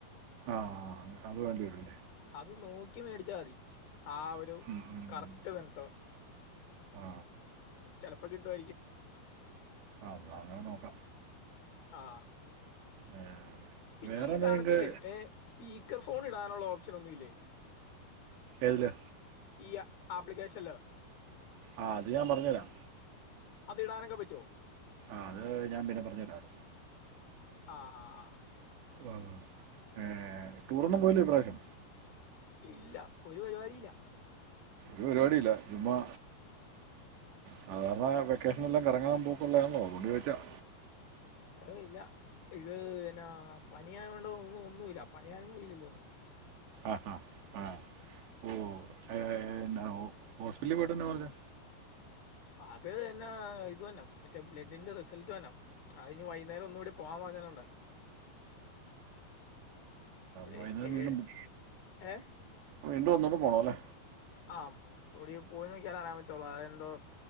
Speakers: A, on the right; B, on the left.
A: ആഹ് അത് വേണ്ടി വരും
B: അത് നോക്കി മേടിച്ചാമതി ആ ഒരു
A: ഉം, ഉം,
B: കറക്റ്റ്
A: ഉം.
B: സെൻസർ
A: ആ
B: ചെലപ്പ കിട്ടുവാരികും.
A: ആഹ് അങ്ങനെ നോക്കാം
B: ആഹ്
A: ഏ,
B: പിന്നി
A: വേറെ എന്താ
B: സാനത്തിലേ
A: നിങ്ങൾക്ക്
B: ഏഹ് സ്പീക്കർ ഫോൺ ഇടാനുള്ള ഓപ്ഷൻ ഒന്നു ഇല്ലേ.
A: എതില്
B: ഈയ്യ ആപ്ലിക്കേഷല്ലോ.
A: ആഹ് അത് ഞാൻ പറഞ്ഞു തരാം
B: അത് ഇടാനൊക്കെ പറ്റൊ.
A: ആത് ഞാൻ പിന്നെ പറഞ്ഞു തരാം
B: ആഹ് ആഹ് ആഹ്.
A: ആഹ് റ്റുറൊന്നും പൊന്നി ഈ പ്രശം.
B: ഇല്ല ഒരു പരിപാടി ഇല്ല
A: ഒരു പരിപാടിഇല്ല. ചുമ്മ സാധാരണ വെക്കേഷനെല്ലാം കറങ്ങാൻ പോക്കുള്ളാആന്നോ അതൊണ്ട് ചോയി <unintelligible>
B: ആഹ് ഇല്ല. ഇത്ഹ് എന്നാ പനി ആയോണ്ട് ഒന്നു ഒന്നുഇല്ല പണിയാനും ഇല്ലില്ലേന്ന്.
A: ആഹ ഹ ഓ ഏ ഏ പിന്നെ ഓസ്പിറ്റലിൽ പോയിട്ടന്നാ പറഞ്ഞ്?
B: അത് എനാ ഇതൊന്ന മറ്റേ ബ്ലഡിൻ്റ റിസൾട്ട് വെരണം, അ ഇഞ്ഞ് വൈന്നേരം ഒന്നുടി പോവാൻ പറഞ്ഞിട്ടുണ്ട്
A: <inaudible> വൈുന്നേരം
B: ഏ ഏഴ്
A: <inaudible>
B: ഏ
A: വീണ്ടും ഒന്നോടെ പോണല്ലേ?
B: ആ ന്നൂടി പോയിനോകിയാലേ അറാൻപറ്റുള്ളൂ അതെന്തോ